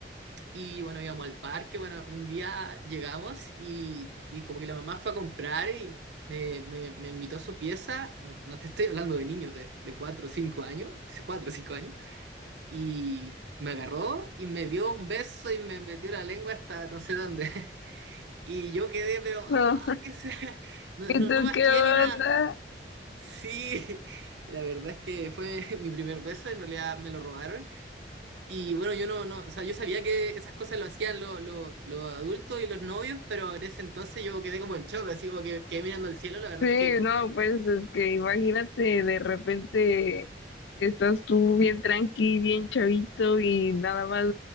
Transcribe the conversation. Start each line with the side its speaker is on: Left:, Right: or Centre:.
Right: Y bueno, íbamos al parque, bueno, un día llegamos y, y como que la mamá fue a comprar y me, me, me invitó a su pieza, no te estoy hablando de niños de, de 4 o 5 años, <laughs> 4 o 5 años y me agarró y me dio un beso y me metió la lengua hasta no sé dónde. <laughs> Y yo quedé, pero,
Left: No,
Right: ah, que sea, <laughs> no,
Left: ¿y
Right: no,
Left: tú
Right: no más
Left: qué
Right: quién
Left: onda?
Right: ni nada. Sí, <laughs> la verdad es que fue <laughs> mi primer beso, en realidad me lo robaron. Y bueno, yo no, no, o sea, yo sabía que esas cosas lo hacían lo- lo- los adultos y los novios, pero en ese entonces yo quedé como en shock, así como que quedé mirando al cielo, la verdad
Left: Sí,
Right: es que...
Left: no, pues es que imagínate, de repente estás tú bien tranqui, bien chavito y nada más